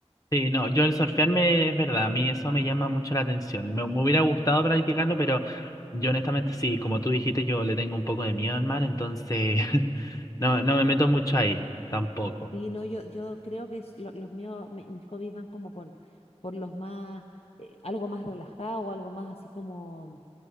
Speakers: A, on the left; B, on the left.
A: sí, no, yo el surfearme es verdad, a mí eso me llama mucho la atención. Me, me hubiera gustado practicarlo, pero yo honestamente sí, como tú dijiste, yo le tengo un poco de miedo al mar, entonces <laughs> no, no me meto mucho ahí, tampoco.
B: Sí, no, yo, yo creo que es lo- los míos, mi- mis hobbies van como por, por los más, eh, algo más relajado, algo más así como